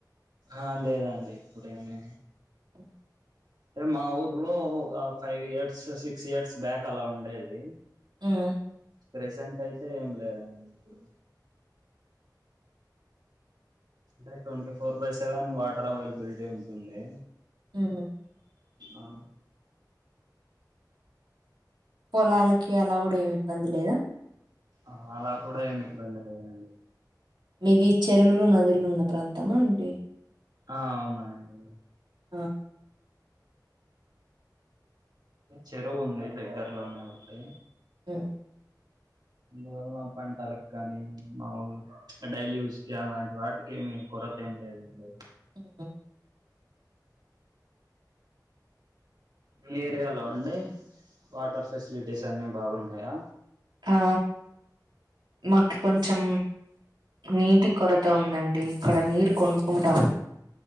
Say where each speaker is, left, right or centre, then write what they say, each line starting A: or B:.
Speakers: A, on the right; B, on the right.
A: ఆ లేదండి ఇప్పుడేమి
B: మ్మ్
A: అంటే మా ఊర్లో ఒక five years six years back అలా ఉండేది
B: మ్మ్
A: ప్రెజెంట్ అయితే ఏం లేదండి ఇప్పుడు అంటే twenty four by seven water availability ఉంటుంది
B: మ్మ్
A: ఆ
B: పొలాలకి అలా కూడా ఏమి ఇబ్బంది లేదా
A: మ్మ్ అలా కూడా ఏమి ఇబ్బంది లేదండి
B: మీది చెరువులు నదులు ఉన్న ప్రాంతమా అండి
A: ఆ అవునండి
B: ఆ
A: చెరువు ఉంది దగ్గర్లోనే ఒకటి
B: మ్మ్
A: ఇందువల్ల పంటలకు కానీ మాములు డైలీ యూస్ కి అలాంటి వాటికి ఏమి కొర్ కొర్తేమ్ లేదండి
B: మ్మ్
A: మీ ఏరియాలో అండీ వాటర్ ఫెసిలిటీస్ అన్ని బాగున్నాయా
B: ఆ మాకి కొంచెం నీటి కొరత ఉందండి ఇక్కడ నీరు కొనుక్కుంటాము